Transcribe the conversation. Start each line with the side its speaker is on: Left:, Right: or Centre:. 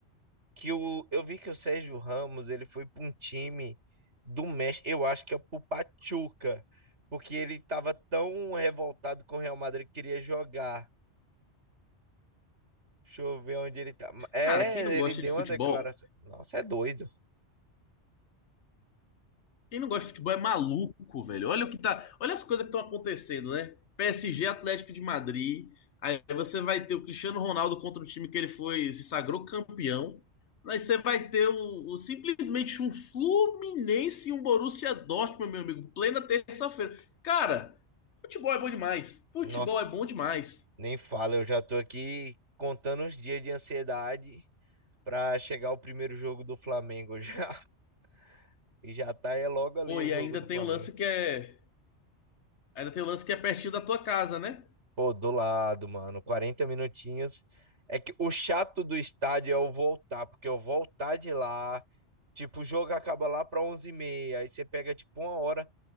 Right: que o, eu vi que o Sérgio Ramos ele foi para um time do México, eu acho que é pro Pachuca, porque ele estava tão revoltado com o Real Madrid que queria jogar. Deixa eu ver onde ele tá. É,
Left: Cara, quem não gosta
Right: ele deu
Left: de futebol,
Right: uma declaração. Nossa, é doido.
Left: quem não gosta de futebol é maluco, velho. Olha o que tá, olha as coisas que estão acontecendo, né? PSG, Atlético de Madrid. Aí você vai ter o Cristiano Ronaldo contra o time que ele foi, se sagrou campeão. Aí você vai ter o, o- simplesmente um Fluminense e um Borussia Dortmund, meu amigo, plena terça-feira. Cara, futebol é bom demais. Futebol
Right: Nossa,
Left: é bom demais.
Right: nem fala, eu já tô aqui contando os dias de ansiedade para chegar o primeiro jogo do Flamengo já. <laughs> E já tá é logo ali
Left: Pô,
Right: o
Left: e
Right: jogo
Left: ainda
Right: do
Left: tem
Right: Flamengo.
Left: o lance que é, ainda tem o lance que é pertinho da tua casa, né?
Right: Pô, do lado, mano, 40 minutinhos. É que o chato do estádio é o voltar, porque eu voltar de lá, tipo, o jogo acaba lá para onze e meia aí você pega tipo uma hora,